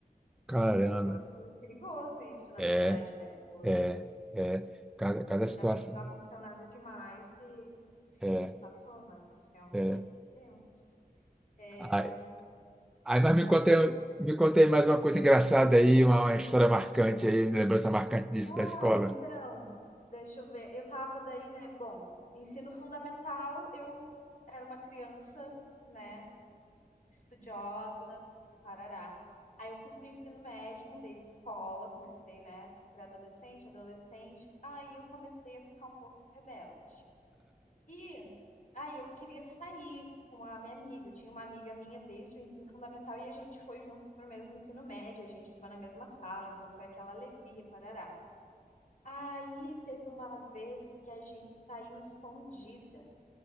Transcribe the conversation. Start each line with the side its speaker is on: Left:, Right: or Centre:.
Centre: Caramba.
Left: é um negócio perigoso isso, na
Centre: É,
Left: verdade, né? Foi.
Centre: é, é. Cada, cada
Left: Cara, Ainda
Centre: situação.
Left: bem que não aconteceu nada demais e, enfim,
Centre: É,
Left: que passou, mas realmente
Centre: é,
Left: muito tempo. É,
Centre: é. Aí, mas me
Left: pode
Centre: contei
Left: falar?
Centre: me contei mais uma coisa engraçada aí, uma, uma história marcante aí, lembrança marcante disso
Left: Ah,
Centre: da escola.
Left: então,
Centre: <laughs>
Left: deixa eu ver. Eu tava daí, né? Bom, ensino fundamental, eu era uma criança, né? estudiosa, parará. Aí eu fui pro ensino médio, mudei de escola, comecei, né, pré-adolescente, adolescente. Aí eu comecei a ficar um pouco rebelde. E aí eu queria sair com a minha amiga. Eu tinha uma amiga minha desde o ensino fundamental e a gente foi juntos pro mesmo ensino médio, a gente ficou na mesma sala, então foi aquela alegria, parará. Aí teve uma vez que a gente saiu escondida.